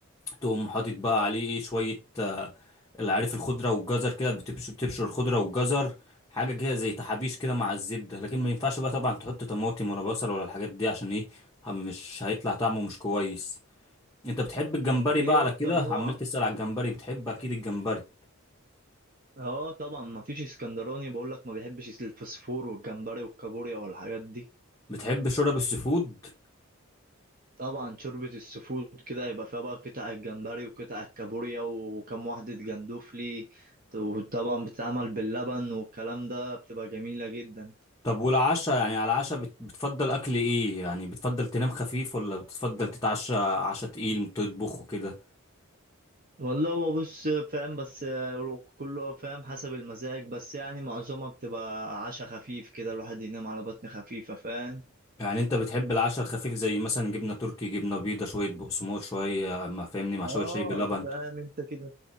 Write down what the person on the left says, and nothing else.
تقوم حاطط بقى عليه ايه شوية آه، العارف الخضرة والجزر كده بتبش- بتبشر الخضرة والجزر حاجة كده زي تحابيش كده مع الزبدة لكن ما ينفعش بقى طبعا تحط طماطم ولا بصل ولا الحاجات دي عشان ايه هم- مش هيطلع طعمه مش كويس انت بتحب الجمبري
بقى على
كده
عمال تسأل على الجمبري بتحب اكيد الجمبري
بتحب شرب السفود
طب والعشاء يعني على العشاء بت- بتفضل اكل ايه يعني بتفضل تنام خفيف ولا بتفضل تتعشى عشاء تقيل تطبخ وكده
يعني انت بتحب العشاء الخفيف زي مثلا جبنه تركي جبنه بيضه شويه بقسماط شويه ما فاهمني مع شويه
شاي بلبن